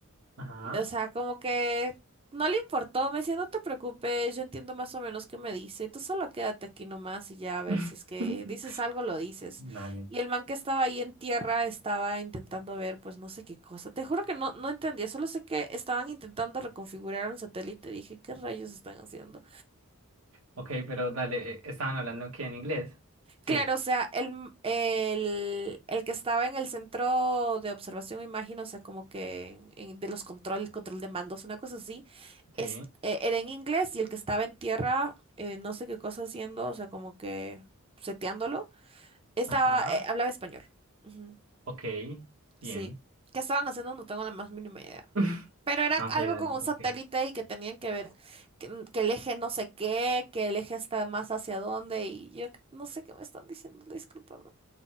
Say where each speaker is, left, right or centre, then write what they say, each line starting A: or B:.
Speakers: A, on the right; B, on the right.
A: Ajá.
B: o sea, como que no le importó, me decía, no te preocupes, yo entiendo más o menos qué me dice, tú solo quédate aquí nomás y ya a ver
A: <laughs>
B: si es que dices algo, lo dices.
A: Dale.
B: Y el man que estaba ahí en tierra estaba intentando ver, pues no sé qué cosa, te juro que no, no entendía, solo sé que estaban intentando reconfigurar un satélite, dije, ¿qué rayos están haciendo?
A: Ok, pero dale, eh, estaban hablando que en inglés. Sí,
B: Claro, o sea, el, el, el que estaba en el centro de observación, me imagino, o sea, como que en- en- de los control, control de mandos, una cosa así,
A: sí.
B: es, eh, era en inglés y el que estaba en tierra, eh, no sé qué cosa haciendo, o sea, como que seteándolo, estaba,
A: Ajá.
B: eh, hablaba español. Ujú,
A: Ok, bien.
B: Sí. ¿Qué estaban haciendo? No tengo la más mínima idea.
A: <laughs>
B: Pero era
A: No,
B: algo
A: sí, dale,
B: con un
A: ok.
B: satélite y que tenían que ver que, que el eje no sé qué, que el eje está más hacia dónde y yo no sé qué me están diciendo, disculpa.